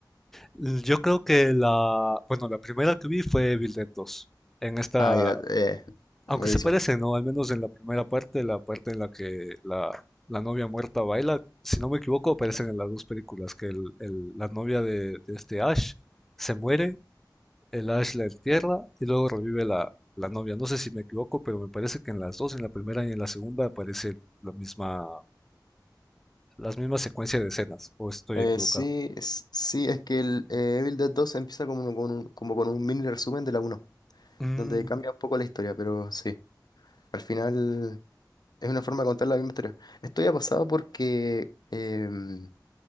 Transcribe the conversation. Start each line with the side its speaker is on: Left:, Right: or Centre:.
Centre: Yo creo que la, bueno, la primera que vi fue Evil Dead 2. En esta,
Left: Ah, ya, eh,
Centre: aunque
Left: buenísimo.
Centre: se parece, ¿no? Al menos en la primera parte, la parte en la que la, la novia muerta baila, si no me equivoco, aparecen en las dos películas, que el- el- la novia de, de este Ash se muere el Ash la entierra y luego revive la, la novia. No sé si me equivoco, pero me parece que en las dos, en la primera y en la segunda, aparece la misma, las mismas secuencias de escenas, o estoy
Left: Eh,
Centre: equivocado.
Left: sí, es- sí, es que el eh, Evil Dead dos empieza como con un, como con un mini resumen de la uno,
Centre: Mm,
Left: donde cambia un poco la historia, pero sí, al final es una forma de contar la misma historia. Esto ya ha pasado porque em,